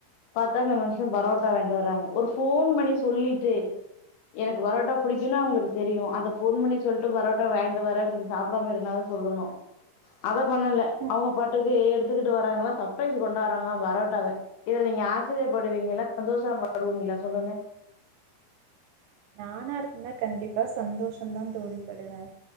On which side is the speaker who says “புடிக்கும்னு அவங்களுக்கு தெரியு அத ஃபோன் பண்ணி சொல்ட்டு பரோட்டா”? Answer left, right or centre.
Left